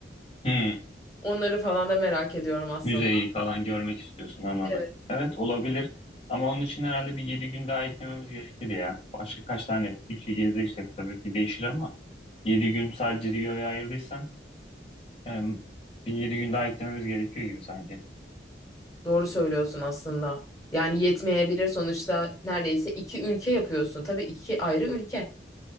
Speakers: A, on the left; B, on the left.
A: Hı.
B: Onları falan da merak ediyorum aslında.
A: Müzeyi falan görmek istiyorsun anladım.
B: Evet,
A: Evet olabilir ama onun için herhalde bir 7 gün daha eklememiz gerekir ya. Başka kaç tane ülke gezeceksek tabii ki değişir ama 7 gün sadece Rio'ya ayırdıysan em, bir 7 gün daha eklememiz gerekiyor gibi sanki.
B: doğru söylüyorsun aslında. Yani yetmeyebilir sonuçta neredeyse iki ülke yapıyorsun. Tabii iki ayrı ülke.